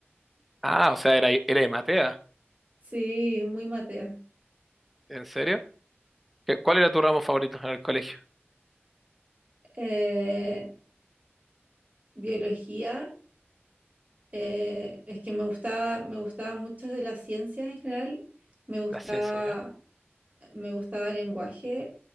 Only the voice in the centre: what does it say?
Ah, o sea, era, era de Matea.
¿En serio? ¿Qué- cuál era tu ramo favorito en el colegio?
La ciencia, ¿ya?